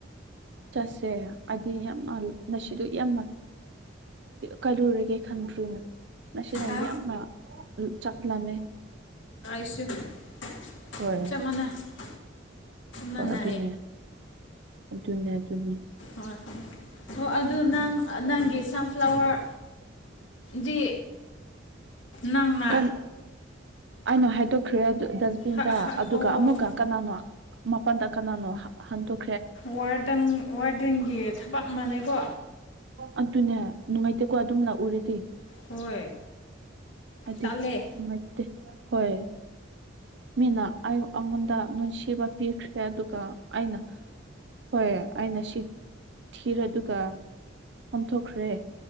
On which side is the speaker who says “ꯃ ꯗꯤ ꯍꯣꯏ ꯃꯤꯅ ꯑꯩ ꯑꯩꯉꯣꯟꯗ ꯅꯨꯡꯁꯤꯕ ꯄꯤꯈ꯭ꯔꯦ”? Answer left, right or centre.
Right